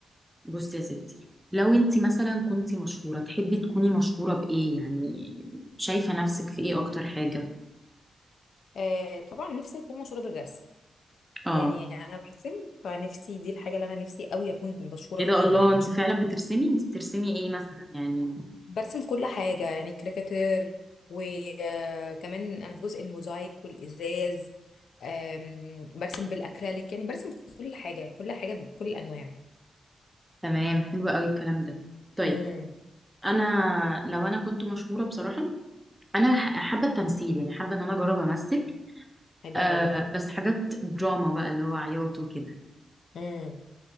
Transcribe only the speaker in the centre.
بصي يا ستي لو انت مثلا كنت مشهورة تحبي تكوني مشهورة بإيه يعني شايفة نفسك في إيه أكتر حاجة
اه
ايه ده
الله
انت فعلا بترسمي انت بترسمي ايه مثلا يعني
تمام حلو قوي الكلام ده طيب
انا لو انا كنت مشهورة بصراحة انا ح- حابة التمثيل يعني حابة ان انا اجرب امثل
آه
بس حاجات دراما بقى اللي هو عياط وكده